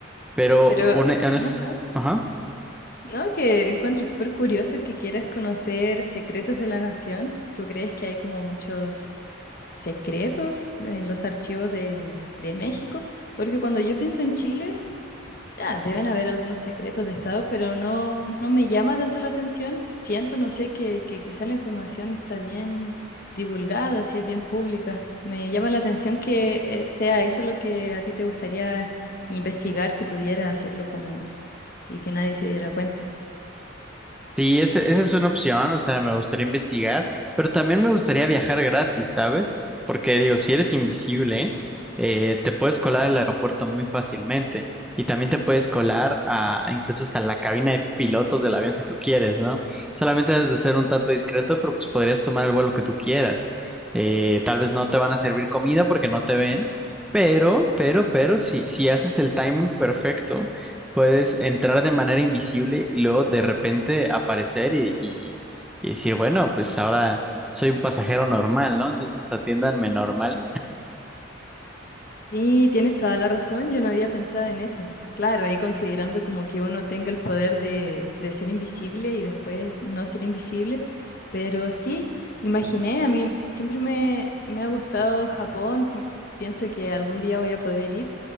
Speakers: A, in the centre; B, on the left.
A: Pero,
B: Pero,
A: hone- honest-
B: ajá,
A: ajá.
B: no, que encuentro súper curioso que quieras conocer secretos de la nación. ¿Tú crees que hay como muchos secretos en los archivos de, de México? Porque cuando yo pienso en Chile, Ya, deben haber algunos secretos de Estado, pero no, no me llama tanto la atención. Siento, no sé, que, que quizá la información está bien divulgada, si es bien pública. Me llama la atención que eh, sea eso lo que a ti te gustaría investigar si pudiera hacerlo como y que nadie se diera cuenta.
A: Sí, ese- esa es una opción, o sea, me gustaría investigar, pero también me gustaría viajar gratis, ¿sabes? Porque digo, si eres invisible, eh, te puedes colar al aeropuerto muy fácilmente y también te puedes colar a, a incluso hasta la cabina de pilotos del avión si tú quieres, ¿no? Solamente debes de ser un tanto discreto, pero pues podrías tomar el vuelo que tú quieras. Eh, tal vez no te van a servir comida porque no te ven, pero, pero, pero, si, si haces el timing perfecto. Puedes entrar de manera invisible y luego de repente aparecer y, y- y decir, bueno, pues ahora soy un pasajero normal, ¿no? Entonces atiéndanme normal.
B: Sí, tienes toda la razón, yo no había pensado en eso. Claro, ahí considerando como que uno tenga el poder de, de ser invisible y después no ser invisible, pero sí, imaginé, a mí siempre me, me ha gustado Japón, siem- pienso que algún día voy a poder ir,